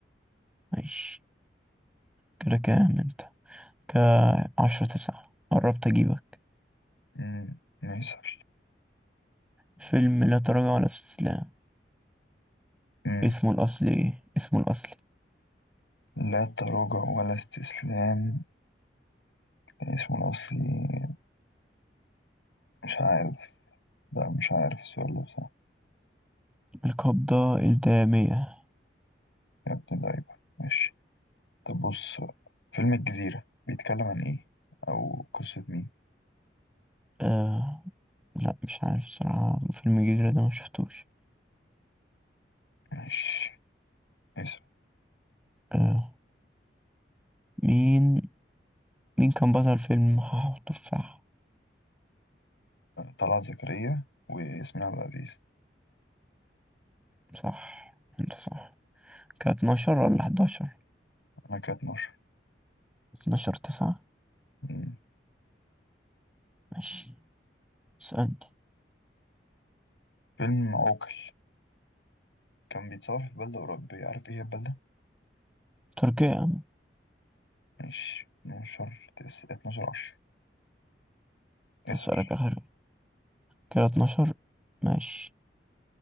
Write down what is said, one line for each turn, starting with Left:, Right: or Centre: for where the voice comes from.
Centre: ماشي كده كام انت كعشرة تسعة قربت اجيبك
Left: امم ميسر
Centre: فيلم لا تراجع ولا استسلام
Left: امم
Centre: اسمه الأصلي إيه؟ اسمه الأصلي
Left: لا تراجع ولا استسلام كان اسمه الأصلي مش عارف لا مش عارف السؤال ده بصراحة
Centre: القبضة الدامية
Left: يا ابن اللعيبة ماشي طب بص بقى. فيلم الجزيرة بيتكلم عن ايه أو قصة مين
Centre: آه لا مش عارف الصراحة فيلم الجزيرة ده ما شفتوش
Left: ماشي اسم
Centre: آه مين مين كان بطل فيلم حاح وتفاح
Left: طلعت زكريا وياسمين عبد العزيز
Centre: صح انت صح كانت 12 ولا 11
Left: أنا كانت نشر
Centre: 12 9
Left: أمم.
Centre: ماشي اسألني
Left: فيلم عوكل كان بيتصور في بلدة أوروبية عارف ايه هي البلدة؟
Centre: تركيا
Left: ماشي 12 تس... 12 10 اسأل
Centre: أسألك آخر كده 12 ماشي